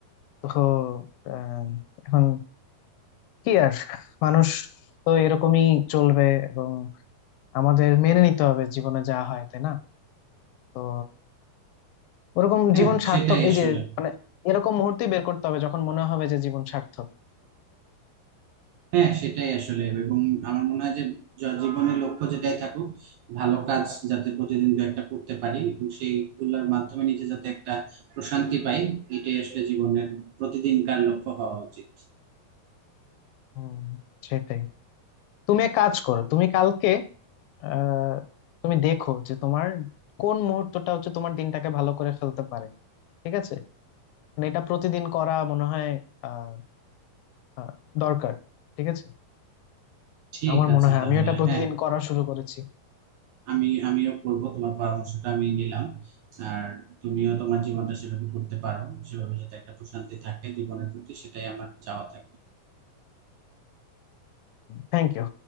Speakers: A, on the left (about 80°); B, on the right (about 75°).
A: তো আহ, এখন কি আর মানুষ তো এরকমই চলবে এবং আমাদের মেনে নিতে হবে জীবনে যা হয় তাই না তো ওরকম
B: হ্যাঁ
A: জীবন সার্থক
B: সেটাই
A: এই
B: আসলে
A: যে মানে এরকম মুহূর্তে বের করতে হবে যখন মনে হবে যে জীবন সার্থক
B: হ্যাঁ সেটাই আসলে এবং আমার মনে হয় যে য- জীবনের লক্ষ্য যেটাই থাকুক ভালো কাজ যাতে প্রতিদিন দু একটা করতে পারি এবং সেইগুলোর মাধ্যমে নিজে যাতে একটা প্রশান্তি পাই এটাই আসলে জীবনের প্রতিদিনকার লক্ষ্য হওয়া উচিত
A: হম সেটাই তুমি এক কাজ করো তুমি কালকে আহ তুমি দেখো যে তোমার কোন মুহূর্তটা হচ্ছে তোমার দিনটাকে ভালো করে ফেলতে পারে ঠিক আছে মানে এটা প্রতিদিন করা মনে হয় আহ আহ, দরকার ঠিক আছে
B: ঠিক
A: আমার
B: আছে
A: মনে হয়
B: তাহলে
A: আমিও এটা প্রতিদিন
B: হ্যাঁ
A: করা শুরু করেছি
B: আমি আমিও করবো তোমার পরামর্শটা আমি নিলাম আর তুমিও তোমার জীবনটা সেভাবে করতে পারো সেভাবে যাতে একটা প্রশান্তি থাকে জীবনের প্রতি সেটাই আমার চাওয়া থাকে
A: Thank you